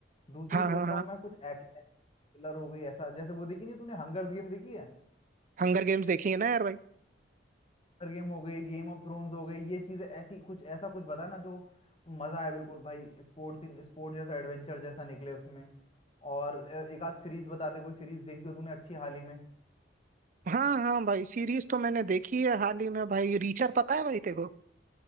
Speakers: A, on the left (about 35°); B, on the right (about 45°).
A: दूसरी
B: हाँ
A: सोच
B: हाँ
A: रहा
B: हाँ
A: हूँ मैं कुछ एक्शन थ्रिलर हो गई ऐसा जैसे वो देखी नहीं तूने हंगर्स गेम देखी है
B: हंगर गेम्स देखी है ना यार भाई
A: Hunger गेम हो गई गेम ऑफ थ्रोन्स हो गई ये चीजें ऐसी कुछ ऐसा कुछ बता ना जो मजा आए बिल्कुल भाई स्पोर्ट्स स्पोर्ट जैसा एडवेंचर जैसा निकले उसमें और अ, एक आध सीरीज बता दे कोई सीरीज देखी हो तूने अच्छी हाल ही में
B: हाँ हाँ भाई सीरीज तो मैंने देखी है हाल ही में भाई रीचर पता है भाई तेरे को